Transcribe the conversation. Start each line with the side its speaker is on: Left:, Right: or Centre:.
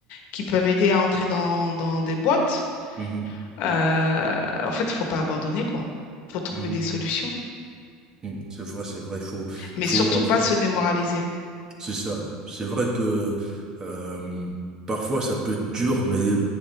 Left: qui peuvent aider à entrer dans, dans des boîtes.
Right: mhm,
Left: Euh, en fait, il ne faut pas abandonner, quoi. Il faut trouver
Right: mhm, mhm,
Left: des solutions,
Right: mhm. C'est vrai, c'est vrai. Il faut,
Left: mais
Right: il faut,
Left: surtout
Right: en
Left: pas
Right: fait,
Left: se démoraliser.
Right: C'est ça. C'est vrai que euh, parfois ça peut être dur, mais